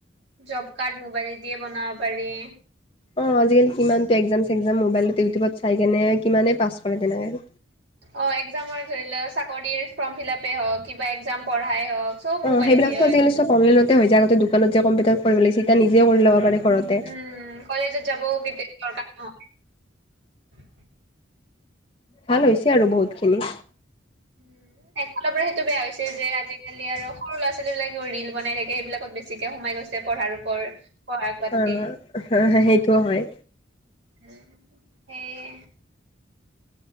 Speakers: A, on the right; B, on the left.
A: জব কাৰ্ড মোবাইল দিয়ে বনাব পাৰি।
B: অ আজিকালি কিমান টএকজাম চেগ্জাম মোবাইলত ইউটিউবত চাই কেনে কিমানে পাছ কৰে তেনেকে।
A: অ এক্সামৰ ধৰি ল চাকৰিৰ ফৰ্ম ফিলাপেই হওক কিবা এক্জাম পঢ়াই হওক। চব
B: অঁ
A: মোবাইলে
B: সেইবিলাকটো
A: দি হয়
B: আজিকালি চব অনালাইনতে হৈ যায় আগতে দোকানত যে কম্পিটাৰত কৰিব লাগিছি এতিয়া নিজে কৰি ল'ব পাৰে। ঘৰতে।
A: উম কলেজত যাবও কেতি দৰকা নহ।
B: ভাল হৈছে আৰু বহুত খিনি।
A: উম। একফালৰ পৰা সেইটো বেয়া হৈছে যে আজিকালি আৰু সৰু ল'ৰা ছোৱালী বিলাকেও ৰিল বনাই থাকে সেইবিলাকত বেছিকে সোমাই। হৈছে পঢ়াৰ ওপৰ। পঢ়াক বাদ
B: অ
A: দি
B: হ সেইটো হয়।
A: উম সেইয়ে।